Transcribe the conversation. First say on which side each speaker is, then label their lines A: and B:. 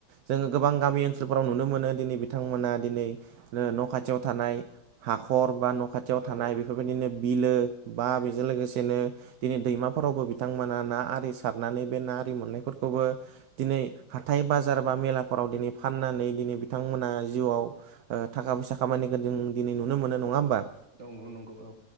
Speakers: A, on the right; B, on the right.
A: जोङो गोबां गामि ओनसोलफोराव नुनो मोनो दिनै बिथांमोना दिनै ओ न' खाथियाव थानाय हाख'र बा न' खाथियाव
B: औ
A: थानाय बेफोरबायदिनो बिलो बा बेजों लोगोसेनो दिनै दैमाफोरावबो बिथांमोना ना आरि सारनानै बे ना आरि मोननायफोरखौबो दिनै हाथाय बाजार बा मेलाफोराव दिनै फाननानै दिनै बिथांमोना जिउआव ओ थाखा फैसा खामायनायखौ जों दिनै नुनो मोनो नङा होमबा
B: नंगौ नंगौ औ